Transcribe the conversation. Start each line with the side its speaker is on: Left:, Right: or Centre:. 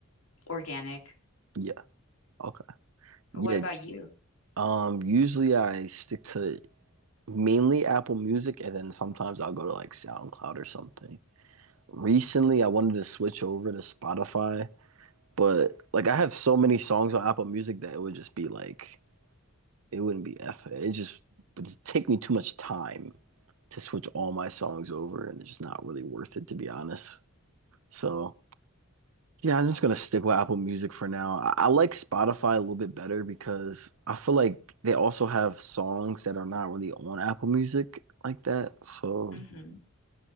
Left: organic.
Right: Yeah. Okay. Yeah.
Left: What about you?
Right: Um, usually I stick to mainly Apple Music and then sometimes I'll go to like SoundCloud or something. Recently I wanted to switch over to Spotify, but like I have so many songs on Apple Music that it would just be like it wouldn't be F it just would just take me too much time to switch all my songs over and it's just not really worth it to be honest. So Yeah, I'm just gonna stick with Apple Music for now. I, I like Spotify a little bit better because I feel like they also have songs that are not really on Apple Music like that. So,
Left: hmm